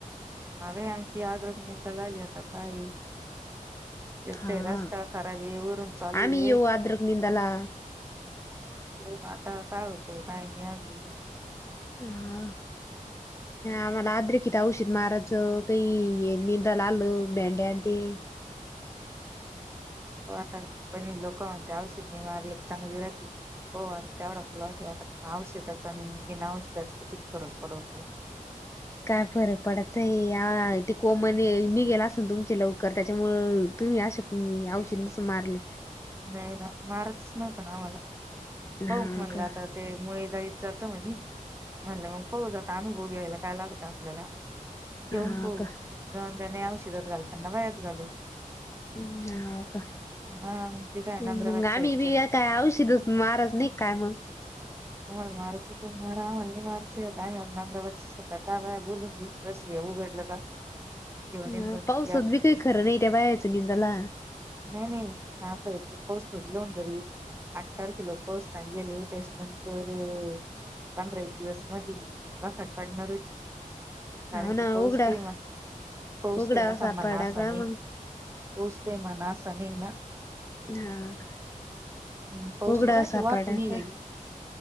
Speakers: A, on the right; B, on the left.
A: हवे आमची आद्रक निंदा ला आली आता काय एकतर
B: हा.
A: रस्ता करावी, वरून चालू
B: आम्ही
A: ये
B: येऊ अद्रक निंदाला
A: हो आता काय होतं, काही नाही अजून
B: हा आम्हाला आद्रिक कि ते औषध मारायच, काही निंदाला आलं भेड्या आणि ते
A: हो आता, कोणी लोकं म्हणते औषध नि मारल कि चांगली राहती. हो आता त्यावढ आपला वाटलं, आता औषधाचा घेण औषधाचा कितीक फरक पडवतो.
B: काय फरक पडायच आहे, या ते कोमने निघेला अस ना तुमचे लवकर त्याच्यामुळ तुम्ही अशक औषध नसलं मारलं
A: नाही ना, मारतच नव्हत ना आम्हाला, हो
B: हा
A: म्हणलं
B: का
A: आता त्यामुळे जात म्हणे म्हणलं मग पाहु जात अनुभव घ्यायला काय लागतं आपल्याला जेऊम
B: हा
A: पाहु,
B: का
A: जाऊ त्याने उशरात घालताना वयात घालू.
B: होव का,
A: हा मग ते काय नंद्राबाद
B: मंग
A: साईडच्या
B: आमि बी काय औ माराज नाही काय मग?
A: मम मारच त मरा, आमल्ली मारच मच ता बलून रस उघडलं का? घेऊन येईन
B: हा,
A: पण
B: पावसात
A: यात
B: बी काही खरं नाही त्या बायाच निंदला.
A: नाही नाही, आता ते पाऊस तोटले होन तरी, आठ तारखेला पाऊस चांगेले त्याच्यानंतर, पंधरा एक दिवस मधी, बकड पडणार होची कारण
B: हाव ना
A: की पौस
B: उघडा
A: काही म, पौस
B: उघडावा
A: काही अस संंबना
B: सापडला
A: असने.
B: का मग
A: पऊस का म ना स नाही ना.
B: हा का
A: हम्म, पाऊस
B: उघडा
A: कुडाची
B: सापड
A: वाहतून येईल
B: का
A: लगी